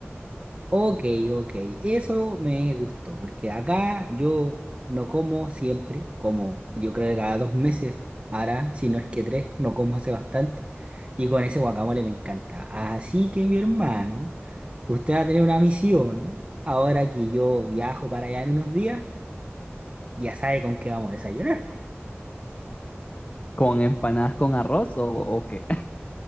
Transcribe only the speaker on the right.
Ok, ok, eso me gustó, porque acá yo no como siempre, como yo creo que cada dos meses ahora, si no es que tres, no como hace bastante, y con ese guacamole me encanta. Así que mi hermano, usted va a tener una misión, ahora que yo viajo para allá en unos días, ya sabe con qué vamos a desayunar.